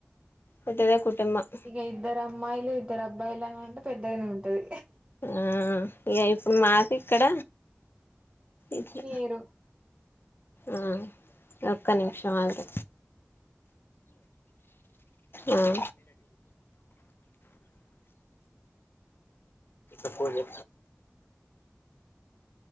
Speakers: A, on the left; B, on the right.
A: పెద్దదే కుటుంబం
B: ఇక ఇద్దరు అమ్మాయిలు ఇద్దరు అబ్బయిలు అని అంటే పెద్దగానే ఉంటది
A: ఆ ఇక ఇప్పుడు మాకు ఇక్కడ ఇట్ల
B: మీరు
A: ఆ ఒక్క నిమిషం ఆగు ఆ ఎప్పోలీ